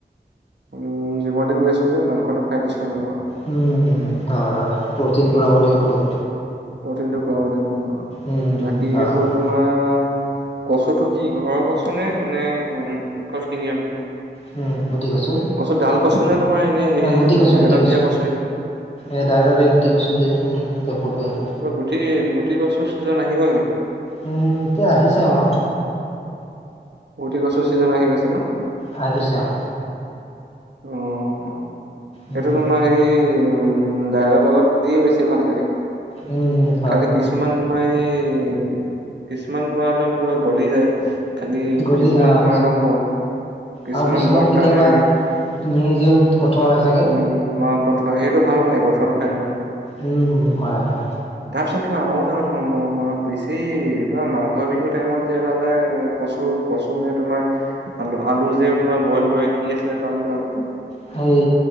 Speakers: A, on the right (about 70°); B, on the left (about 35°).
A: উম, জিমলৈ গৈ আছো যে মাংসটো খাই দিছো অলপ আৰু।
B: উম উম হয় হয়। প্ৰ'টিন
A: উম
B: পূৰাব লাগিব তোক,
A: প্ৰটিনটো পাব লাগিব
B: উম উম
A: বাকী
B: হয়
A: এইটো
B: হয়।
A: তোমাৰ কচুটো কি ঘৰৰ কচু নে, নে <unintelligible> কিনি অনা?
B: হুম, গুটি কচু।
A: কচু ডাল কচু নে, তোমাৰ এনেই হে
B: অ গুটি
A: এইটো
B: কচু
A: দাইলত
B: গুটি
A: দিয়া কচু এইটো।
B: এ দাইলতে গুটি কচুটো যে। উম'! টেপুটো এইটো।
A: অ' গুটি-গুটি কচুৰ ছিজন আহি গ'ল নেকি?
B: উম, এতিয়া আহিছে অ'।
A: গুটি কচুৰ ছিজন আহি হৈছে ন'?
B: আহি গৈছে অ'।
A: অ',
B: উম
A: সেইটো তোমাৰ হেৰি, উম দাইলৰ লগত দিয়ে বেছি ভাল লাগে।
B: উমম'।
A: খালি কিছুমান তোমাৰ এই, কিছুমান তোমাৰ একদম পুৰা গলি যায়। খালি
B: গলি
A: কিছুমান
B: যায় অ
A: তোমাৰ একদম কিছুমান
B: আৰু
A: বহুত
B: কেতিয়াবা
A: টান হৈ থাকে। উম,
B: নিজেও কঠোৱা হয় চাগে
A: মই কঠোৱা সেইটো ভাল নালাগে, কঠোৱাটো খাই ইমান।
B: উম উম, হয় হয়।
A: তাৰপিছত তোমাৰ আৰু এটা কথা <unintelligible> মাঘৰ বিহুৰ টাইমত যে এটা যে কচুৰ কচু নে তোমাৰ আলু আলু যে তোমাৰ বইল কৰে কি আছিলে তাৰ নাম আলুটো?
B: সেই